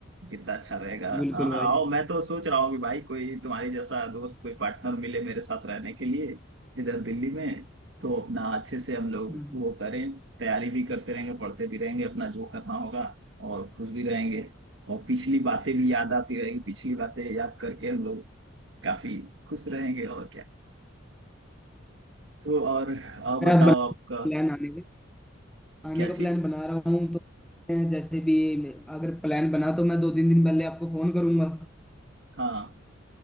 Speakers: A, on the right (about 60°); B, in the centre.
A: कितना अच्छा रहेगा
B: बिल्कुल
A: हाँ
B: भाई
A: आओ मैं तो सोच रहा हूँ कि भाई कोई तुम्हारे जैसा दोस्त कोई पार्टनर मिले मेरे साथ रहने के लिए इधर दिल्ली में तो अपना अच्छे से हम लोग
B: हम्म।
A: वो करें तैयारी भी करते रहेंगे पढ़ते भी रहेंगे अपना जो करना होगा और खुश भी रहेंगे और पिछली बातें भी याद आती रहेगी पिछली बातें याद करके हम लोग काफी खुश रहेंगे और क्या तो और, और बताओ
B: मैं अब बना
A: आपका
B: प्लान आने का आने
A: क्या
B: का
A: चीज
B: प्लान बना रहा हूँ तो मैं जैसे भी अगर प्लान बना तो मैं दो तीन दिन पहले आपको फोन करूंगा
A: हाँ